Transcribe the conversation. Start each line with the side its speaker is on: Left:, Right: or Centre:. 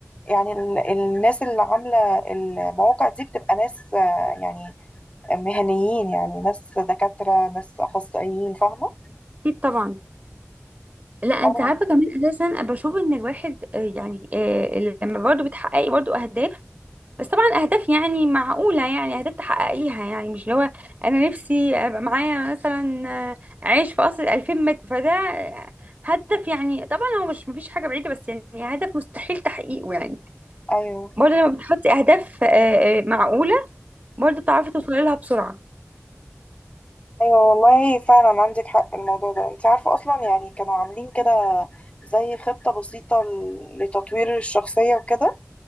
Left: يعني ال- الناس اللي عاملة المواقع دي بتبقى ناس آه، يعني مهنيين يعني ناس دكاترة ناس أخصائيين فاهمة؟
Right: اكيد طبعا لا انت
Left: اه
Right: عارفه كمان اساسا أنا بشوف ان الواحد آه، يعني آه، لما برضه بتحققي برضه اهداف بس طبعا اهداف يعني معقوله يعني اهداف تحققيها يعني مش اللي هو انا نفسي ابقى معايا مثلا آه، عيش في قصر 2000 متر فده آه، هدف يعني طبعا هو مش مفيش حاجه بعيده بس يعني هدف مستحيل تحقيقه يعني
Left: أيوه
Right: برضه لما بتحطي اهداف آه، آه، معقوله برضه بتعرفي توصلي لها بسرعه
Left: ايوه والله فعلا عندك حق الموضوع ده انت عارفه اصلا يعني كانوا عاملين كده زي خطه بسيطه ل- لتطوير الشخصيه وكده